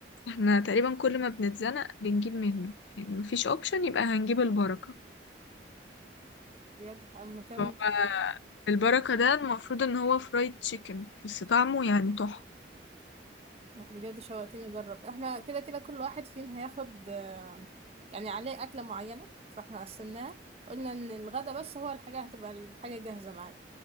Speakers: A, on the left; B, on the right.
A: احنا تقريبا كل ما بنتزنق بنجيب منه يعني مفيش اوبشن يبقى هنجيب البركة
B: بجد مكان
A: هو البركة ده المفروض ان هو فرايد تشيكن بس طعمه يعني تحفة
B: لا، بجد شوقتني اجرب احنا كده كده كل واحد فينا هياخد آه، يعني عليه اكله معينه فاحنا قسمناها قلنا ان الغدا بس هو الحاجه هتبقى الحاجه جاهزه معانا